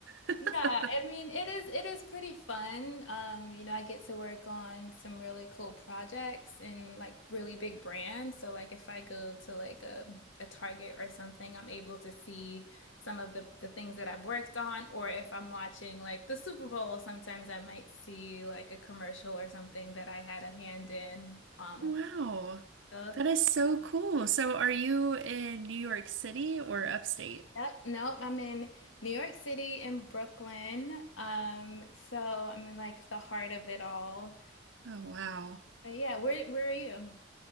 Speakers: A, on the right; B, on the left.
A: <laughs>
B: Yeah, I mean, it is it is pretty fun. Um, you know, I get to work on some really cool projects and like really big brands. So like if I go to like a a Target or something, I'm able to see some of the the things that I've worked on. Or if I'm watching like the Super Bowl, sometimes I might see like a commercial or something that I had a hand in. Um,
A: Wow.
B: so,
A: That is so cool. So, are you in New York City or upstate?
B: yep, nope, I'm in New York City and Brooklyn. Um, so I'm in like the heart of it all.
A: Oh, wow.
B: But yeah, where where are you?